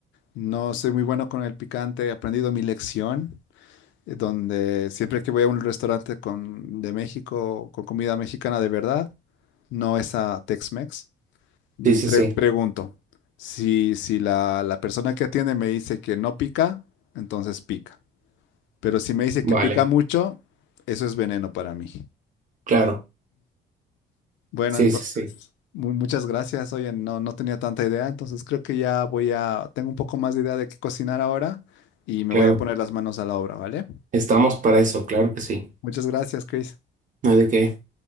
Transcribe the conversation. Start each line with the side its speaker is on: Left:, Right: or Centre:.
Left: No soy muy bueno con el picante, he aprendido mi lección, eh, donde siempre que voy a un restaurante con, de México, con comida mexicana de verdad. no es a Tex-Mex. Mm,
Right: Sí, sí,
Left: pre-
Right: sí.
Left: pregunto, si, si la, la persona que atiende me dice que no pica, entonces pica. Pero si me dice
Right: Vale,
Left: que pica mucho, eso es veneno para mí.
Right: claro.
Left: Bueno,
Right: Sí,
Left: entonces,
Right: sí, sí.
Left: mu- muchas gracias. Oye, no, no tenía tanta idea, entonces creo que ya voy a, tengo un poco más de idea de qué cocinar ahora y me
Right: Claro.
Left: voy a poner las manos a la obra, ¿vale?
Right: Estamos para eso, claro que sí.
Left: Muchas gracias, Chris.
Right: No hay de qué.